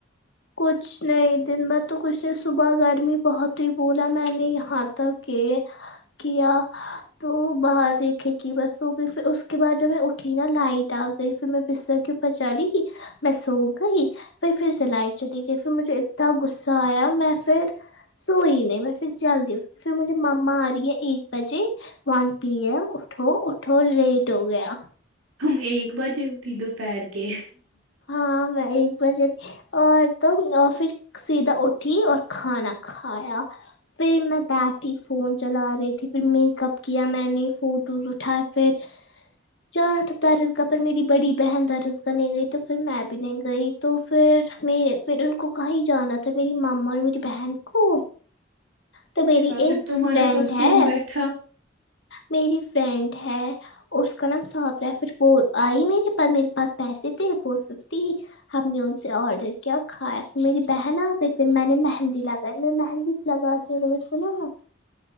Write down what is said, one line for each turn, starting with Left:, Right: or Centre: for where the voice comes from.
Left: کچھ نہیں دن میں تو کچھ نہیں صبح گرمی بہت تھی بھولا میں نے یہاں تک کہ کیا تو باہر دیکھے کہ بس ہو گئی پھر اس کے بعد جب میں اٹھی نا لائٹ آ گئی پھر میں بستر کے پ چلی گئی میں سوگئی پھر پھر سے لائٹ چلی گئی پھر مجھے اتنا غصہ آیا میں پھر سوئی نہیں میں پھر جلدی اٹ پھر مجھے ماما آ رہی ہے ایک بجے ون پی ایم اٹھو اٹھو لیٹ ہو گیا
Right: ہم ایک بجے اٹھی دوپہر کے
Left: ہاں میں ایک بجے اور توا پھر سیدھا اٹھی اور کھانا کھایا پھر میں بیٹھی فون چلا رہی تھی پھر میک اپ کیا میں نے فوٹوز اٹھائے پھر چانا تھا درس گاہ پر میری بڑی بہن درس گاہ نہیں گئی تو پھر میں بھی نہیں گئی تو پھر میں پھر ان کو کہیں جانا تھا میری ماما اور میری بہن کو تو
Right: اچھا
Left: میری ایک
Right: پھر تمہارے
Left: فرینڈ
Right: پاس کون
Left: ہے
Right: بیٹھا
Left: میری فرینڈ ہے اس کا نام صابیا ہے پھر وہ آئی میرے پاس میرے پاس پیسے تھے فور ففٹی ہم نے ان سے آرڈر کیا کھایہ میری بہن آ گئی پھر میں نے مہندی لگائی میں مہندی لگاتے ہوئے میں نے سنا